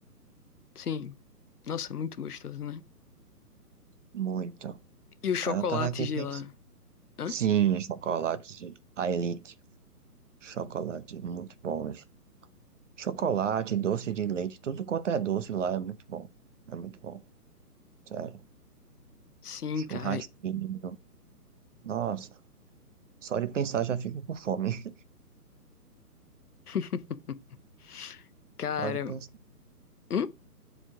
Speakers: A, on the left; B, on the right.
A: sim. Nossa, muito gostoso, né?
B: Muito.
A: E os chocolates
B: Aí eu tava aqui pensando.
A: de lá? Hã?
B: Sim, chocolate, sim. A Elite. Chocolate, muito bom. Chocolate, doce de leite, tudo quanto é doce lá é muito bom. É muito bom, sério.
A: Sim,
B: Churrasquinho.
A: cara.
B: Nossa, só de pensar já fico com fome. <laughs>
A: <laughs> Cara,
B: Só de pensar.
A: hum?